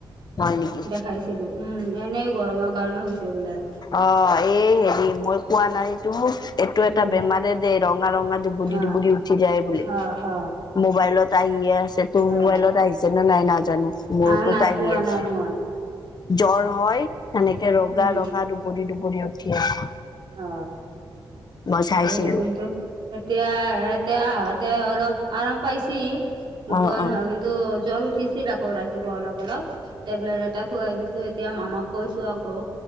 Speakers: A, on the left; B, on the right.
A: হয় নেকি
B: দেখাইছ- ছিলো উম এনেই গৰমৰ কাৰণে হৈছে বোলে।
A: অ এই হেৰি মই কোৱা নাইটো এইটো
B: উম
A: এটা বেমাৰে দ ৰঙা ৰঙা ডুবু
B: অ
A: ডুবুৰি উঠি যায় বোলে।
B: অ অ।
A: মোবাইলত আহিয়ে আছে তোৰ
B: অ
A: মোবাইলত আহিছে নে নাই নাজানো, মোৰতো
B: আহ নাই
A: আহিয়ে
B: পোৱা
A: আছে।
B: নাই <inaudible>
A: জ্বৰ হয়, সেনেকে ৰগা
B: উম
A: ৰগা দুুবৰি দুুবৰি উঠি আছে।
B: অ।
A: মই
B: তাকেই
A: চাইছিলো
B: তো কিন্তু এতিয়া এতে আহতে অলপ। আৰাম পাইছি নোপোৱা
A: অ অ
B: নহয় কিন্তু জ্বৰ উঠিছ- ছিল আকৌ ৰাতিপুৱা অলপ অলপ, টেবলেট এটা খোৱাই দিছো এতিয়া মামাক কৈছো আকৌ।